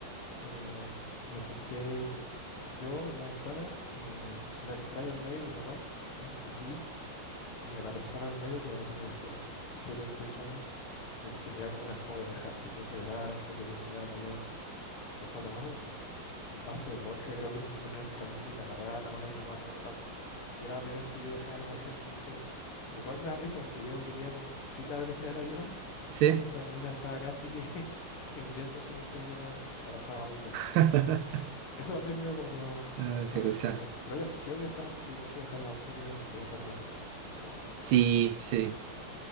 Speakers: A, on the left (about 80°); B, on the right (about 80°).
A: eh, me, me senté eh, yo en la ventana, eh, una extraña al medio y mi mamá en el pasillo, y a la persona al medio que ahora tenía, no sé, 27, 28 años, le tenía como una fobia a viajar, se puso a llorar antes de que despegara el avión, Empezó a tomar un, un vaso de vodka, creo que lo ofrecieron en el camino y le agarraba la mano a mi mamá todo el rato. Y era la primera vez que yo viajaba en un <laughs> avión, entonces, como igual me da risa porque yo quería como sentir la velocidad del avión <laughs>
B: Sí.
A: y esta mina estaba casi que, <laughs> que muriéndose mientras yo la, la pasaba muy bien.
B: <laughs>
A: Eso también medio como que no,
B: Ah,
A: no, no
B: qué
A: lo
B: risa.
A: entiendo. Creo que, hasta- creo que está más peligroso viajar en auto que, que viajar en avión, pero
B: Sí, sí.
A: eh,